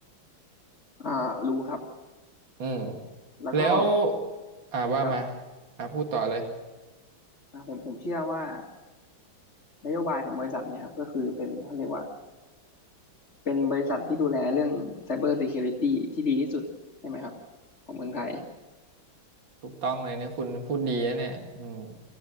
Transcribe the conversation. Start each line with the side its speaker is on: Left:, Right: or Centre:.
Left: อ่ารู้ครับ
Right: อืม
Left: แล้วก็
Right: แล้วอ่าว่ามา
Left: ครับ
Right: อ่าพูดต่อเลย
Left: อ่าผมผมเชื่อว่านโยบายของบริษัทเนี่ยครับก็คือเป็นเขาเรียกว่า เป็นบริษัทที่ดูแลเรื่อง Cyber Security ที่ดีที่สุดใช่ไหมครับของเมืองไทย
Right: ถูกต้องเลยเนี่ยคุณพูดดีนะเนี่ยอืม